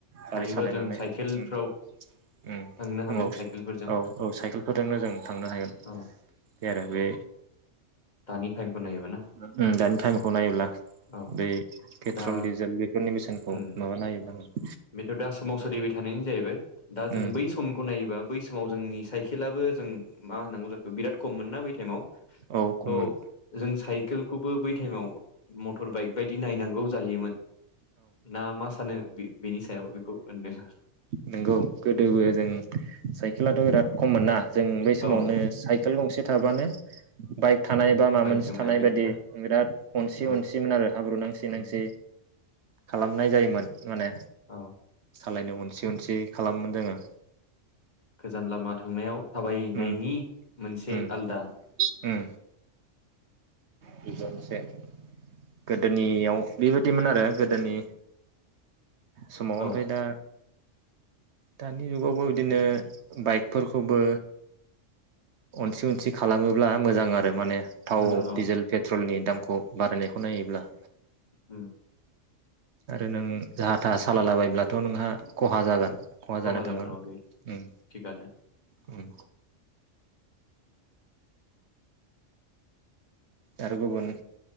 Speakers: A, on the right; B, on the left.
A: गारि
B: हायोबा
A: सालायनानै
B: जों साइकेलफ्राव
A: उम उम नंगौ
B: थांनो हागोन साइकेलफोरजों
A: औ औ साइकेलफोरजोंनो जों थांनो हागोन। बे
B: औ
A: आरो बे
B: दानि टाइमखौ नायोबा ना
A: उम दानि टाइमखौ नायोब्ला
B: औ
A: बे पेट्रल
B: दा
A: डिजेल बेफोरनि बेसेनखौ
B: उम
A: माबा नायो <inaudible>
B: बेथ' दा समाव सोलिबाय थानायानो जाहैबाय। दा जों
A: उम
B: बै समखौ नायोबा बै समाव जोंनि साइकेलाबो जों मा होननांगौ जाखो बिराद खम मोन ना बै टाइम अ
A: औ खममोन
B: जों साइकेलखौबो बै टाइमाव मटर बाइक बायदि नायनांगौ जायोमोन। ना मा सानो <unintelligible> बेखौ होनदों
A: नोंगौ गोदोबो जों साइकेलाथ' बिराद खममोन ना? जों बै समावनो
B: औ
A: <unintelligible> <unintelligible> गंसे थाबानो बाइक थानाय बा माबा
B: बाइक
A: मोनसे
B: दंनाय
A: थानाय बायदि
B: ना
A: बिराद अनसि
B: औ
A: अनसिमोन आरो हाब्रु नांसि
B: उम
A: नांसि खालामनाय जायोमोन माने
B: औ
A: सालायनो अनसि अनसि खालामोमोन जोङो।
B: गोजान लामा थांनायाव थाबायनायनि
A: उम
B: मोनसे
A: उम
B: आलदा
A: उम <unintelligible> गोदोनियाव बेबायदिमोन आरो गोदोनि समाव
B: औ
A: ओमफाय दा दानि जुगावबो बिदिनो बाइकफोरखौबो अनसि -अनसि खालामोब्ला मोजां आरो माने थाव,
B: मोजां औ
A: डिजेल, पेट्रलनि दाम <unintelligible> बारायनायखौ नायोब्ला
B: औ।
A: आरो नों जाहा था सालाबायब्लाथ' नोंहा खहा जागोन।
B: खहा
A: जानो
B: जागोन
A: थांगोन
B: अ बे
A: उम
B: थिगानो।
A: उम। आरो गुबुन